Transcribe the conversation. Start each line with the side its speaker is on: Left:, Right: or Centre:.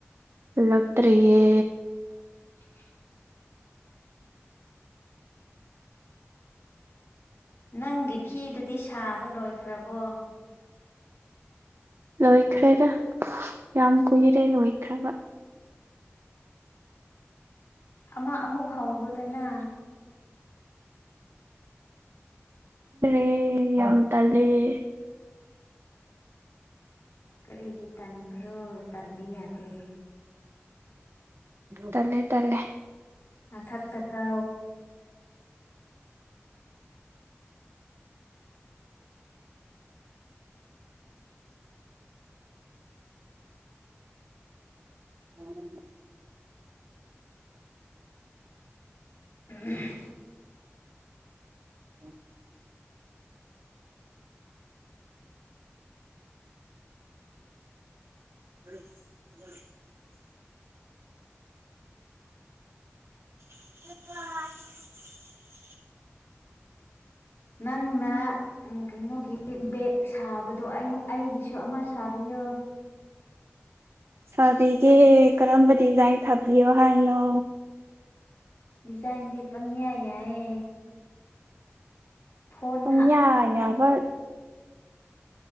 Right: ꯂꯛꯇꯔꯤꯌꯦ
Left: <unintelligible> ꯅꯪꯒꯤ ꯐꯤꯗꯨꯗꯤ ꯁꯥꯕ ꯂꯣꯏꯈ꯭ꯔꯕꯣ
Right: ꯂꯣꯏꯈ꯭ꯔꯦꯗ ꯌꯥꯝ ꯀꯨꯏꯔꯦ ꯂꯣꯏꯈ꯭ꯔꯕ
Left: ꯑꯃ ꯑꯃꯨꯛ ꯍꯧꯔꯨꯗꯅ
Right: ꯏꯦ ꯌꯥꯝ ꯇ ꯂꯩꯦ
Left: ꯀꯔꯤꯒꯤ ꯇꯟꯕ꯭ꯔꯣ ꯇꯟꯕ ꯌꯥꯗꯦ
Right: ꯇꯂꯦ ꯇꯂꯦ
Left: ꯃ ꯊꯥꯛ ꯇ ꯀ
Right: ꯎꯝ
Left: ꯎꯝ
Right: ꯎꯝ <unintelligible> <inaudible>
Left: ꯅꯪꯅ ꯎꯝ ꯀꯩꯅꯣꯒꯤ ꯕꯦꯛ ꯁꯥꯕꯗꯣ ꯑꯩꯉꯣꯟ ꯑꯩꯒꯤꯁꯨ ꯑꯃ ꯁꯥꯕꯤꯌꯣ
Right: ꯁꯥꯕꯤꯒꯦ ꯀꯔꯝꯕ ꯗꯤꯖꯥꯏꯟ ꯁꯥꯕꯤꯌꯣ ꯍꯥꯏꯅꯣ
Left: ꯗꯤꯖꯥꯏꯟꯗꯤ ꯄꯪꯌꯥ ꯌꯥꯏꯌꯦ ꯐꯣꯟ
Right: ꯄꯪꯌꯥ
Left: ꯍꯥꯞꯅꯤꯡꯉꯥꯏ
Right: ꯌꯥꯕ